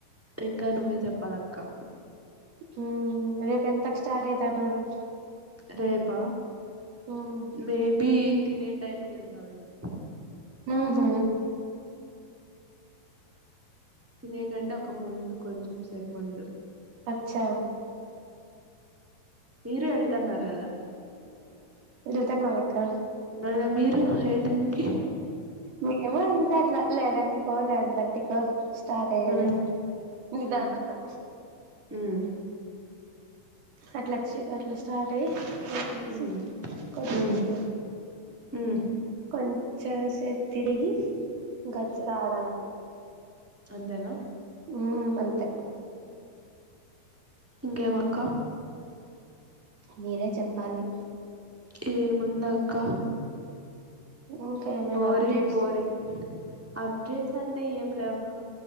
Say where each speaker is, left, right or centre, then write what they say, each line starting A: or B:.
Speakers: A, on the right; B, on the right.
A: ఇంకా నువ్వే చెప్పాలక్క
B: హుమ్ రేపు ఎంతకు స్టార్ట్ అయితన్నారు
A: రేపా
B: ఉమ్
A: మేబి తినే టైమ్కి కేల్తావేమో
B: మ్ హు
A: తినే కంటే ఒక ముందు కొంచెం సేపు ముందు
B: అచ్చా
A: మీరు వెళ్తున్నారు కదా
B: వెళ్తాన్నామ్మక్క
A: మళ్ళా మీరు ఏ టైంకి
B: మేము అంతే అట్లా లెవెన్కో లెవెన్ తర్టీకో స్టార్ట్ అయ్యేది
A: ఉమ్
B: నిదానంగా
A: ఉమ్ ఉమ్
B: అట్లాచ్చు అట్లా స్టార్ టై <unintelligible>
A: ఉమ్ ఉమ్ ఉమ్
B: కొన్ చసేప్ తిడిగి గచ్ రావడమే
A: అంతేనా
B: హుమ్ అంతే
A: ఇంగే మా అక్కా
B: మీరే చెప్పాలి
A: ఏ ముందా అక్క
B: ఇంకా ఏమైనా
A: బోరింగ్
B: అప్డేట్స్
A: బోరింగ్ అప్డేట్స్ అంటే ఏం లేవక్క